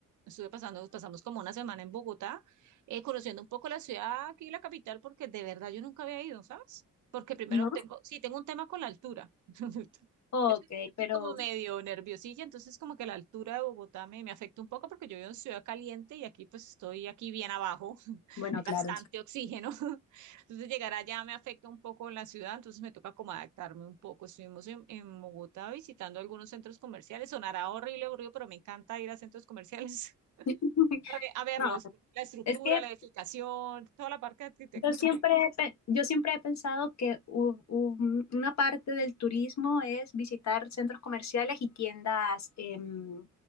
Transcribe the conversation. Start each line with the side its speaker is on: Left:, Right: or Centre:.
Right: estuve pasando, pasamos como una semana en Bogotá, eh, conociendo un poco la ciudad aquí, la capital, porque de verdad yo nunca había ido, ¿sabes? Porque primero
Left: No.
Right: tengo, sí, tengo un tema con la altura. <laughs>
Left: Ok,
Right: Yo soy, yo soy
Left: pero
Right: como medio nerviosilla, entonces como que la altura de Bogotá me, me afecta un poco porque yo vivo en ciudad caliente y aquí pues estoy aquí bien abajo, <laughs>
Left: bueno,
Right: hay
Left: claro.
Right: bastante oxígeno. Entonces llegar allá me afecta un poco la ciudad, entonces me toca como adaptarme un poco. Estuvimos en, en Bogotá visitando algunos centros comerciales, sonará horrible, aburrido, pero me encanta ir a centros comerciales <laughs>
Left: <laughs>
Right: a, ve- a verlos,
Left: No,
Right: la estructura,
Left: es que
Right: la edificación, toda la parte de arquitectura.
Left: Yo siempre,
Right: me-
Left: he pe- yo siempre he pensado que u- un- una parte del turismo es visitar centros comerciales y tiendas, em,